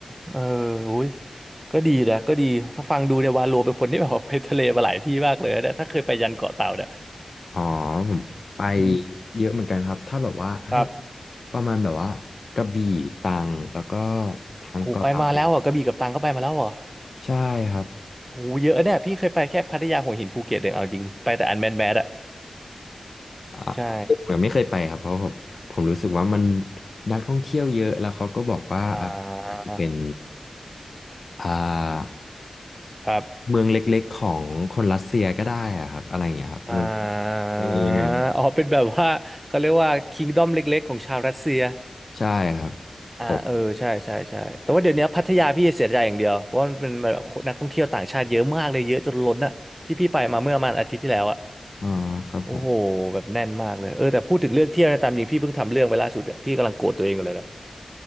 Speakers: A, on the right; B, on the left.
A: เอออุ้ยก็ดีนะก็ดีถ้าฟังดูเนี่ยวาโลเป็นคนที่แบบว่าไปทะเลมาหลายที่มากเลยนะเนี่ยถ้าเคยไปยันเกาะเต่าเนี่ย
B: อ๋อผมไป
A: อืม
B: เยอะเหมือนกันครับถ้าแบบว่าให้
A: ครับ
B: ประมาณแบบว่ากระบี่ตรังแล้วก็ทางเกาะเต่าเนี่ย
A: โหไปมาแล้วอ่ะกระบี่กับตรังก็ไปมาแล้วอ่ะ
B: ใช่ครับ
A: โหเยอะเนี่ยพี่เคยไปแค่พัทยาหัวหินภูเก็ตเองเอาจริงไปแต่อันแมนแมสอ่ะ
B: อ่ะ
A: ใช่
B: ผมยังไม่เคยไปครับเพราะผมผมรู้สึกว่ามันนักท่องเที่ยวเยอะแล้วเขาก็บอกว่าอ่ะอาจจะเป็น
A: อ่า
B: อ่า
A: ครับ
B: เมืองเล็กๆของคนรัสเซียก็ได้อะครับอะไรอย่างเงี้ยครับเมือง
A: อ่า
B: ยังไงยังไง
A: อ๋อเป็นแบบว่าเขาเรียกว่าคิงดอมเล็กๆของชาวรัสเซีย
B: ใช่ครับ
A: อ่าเออใช่ใช่ใช่แต่ว่าเดี๋ยวนี้พัทยาพี่เสียใจอย่างเดียวเพราะว่ามันเป็นแบบนักท่องเที่ยวต่างชาติเยอะมากเลยเยอะจนล้นอะที่พี่ไปมาเมื่อประมาณอาทิตย์ที่แล้วอะ
B: ผมอ่าครับผม
A: โอ้โหแบบแน่นมากเลยเออแต่พูดถึงเรื่องเที่ยวนะตามจริงพี่เพิ่งทำเรื่องไปล่าสุดอะพี่กำลังโกรธตัวเองอยู่เลยแหละ